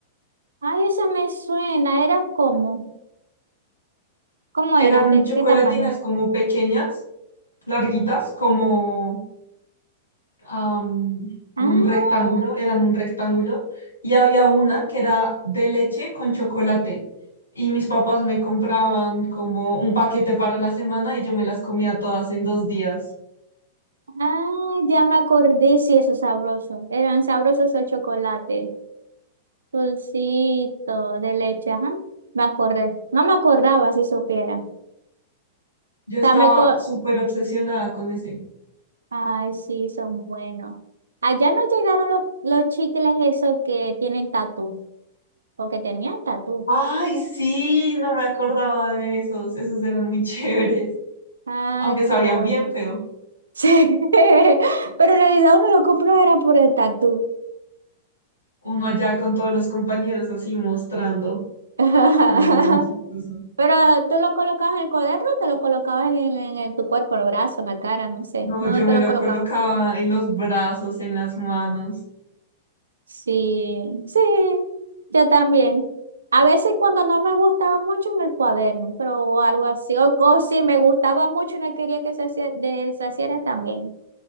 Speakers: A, on the right; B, on the left.
A: Ay, eso me suena. ¿Era cómo? ¿Cómo
B: Eran
A: eran? ¿De
B: chocolatinas
A: qué tamaño?
B: como pequeñas, larguitas, como am,
A: Ah,
B: un rectángulo, eran un rectángulo, y había una que era de leche con chocolate. Y mis papás me compraban como un paquete para la semana y yo me las comía todas en dos días.
A: ah, ya me acordé. Sí, eso es sabroso. Eran sabrosos el chocolate. Dulcito de leche, ajá. Me acordé. No me acordaba si supiera. O
B: Yo estaba
A: sea, me co-
B: súper obsesionada con ese.
A: Ay, sí, son buenos. Allá no llegaron los, los chicles esos que tienen tatú. O que tenían tatú.
B: Ay, sí, no me acordaba de esos. Esos eran muy <laughs> chéveres,
A: Ay,
B: aunque sabían
A: qué bueno.
B: bien feo.
A: Sí, <laughs> pero en realidad uno lo compró era por el tatú.
B: Uno allá con todos los compañeros así mostrando.
A: <laughs>
B: Ay, no, muy chistoso.
A: Pero tú lo colocabas en el cuaderno o te lo colocabas en, el- en el- tu cuerpo, en el brazo, en la cara, no sé.
B: No,
A: ¿Dónde
B: yo
A: te
B: me
A: lo
B: lo
A: colocabas?
B: colocaba en los brazos, en las manos.
A: Sí, sí, yo también. A veces cuando no me gustaba mucho en el cuaderno, pero o algo así. O, o si me gustaba mucho y no quería que se hacia- deshaciera también